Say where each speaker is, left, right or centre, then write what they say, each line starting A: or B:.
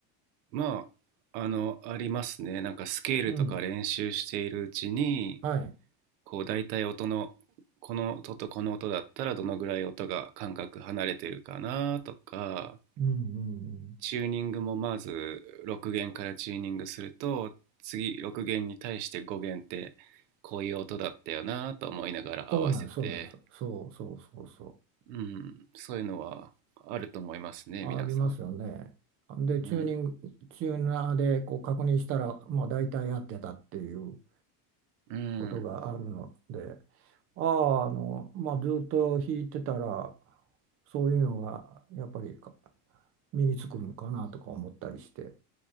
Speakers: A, on the right; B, on the right.
A: まあ、あの、ありますね。なんかスケールとか練習しているうちに、
B: うん。はい。
A: こう大体音の、この音とこの音だったらどのぐらい音が間隔離れてるかなとか、
B: うんうんうん。
A: チューニングもまず6弦からチューニングすると次6弦に対して5弦ってこういう音だったよなと思いながら合わせて、
B: そうなんです、そうなんです。そうそうそうそう。
A: うん、そういうのはあると思いますね皆さん。
B: ありますよね。で、
A: うん
B: チューニング、チューナーでこう確認したら、まあ、大体合ってたっていう
A: うん
B: ことがあるので、ああ、あの、まあ、ずっと弾いてたら、そういうのがやっぱりか身につくのかなとか思ったりして。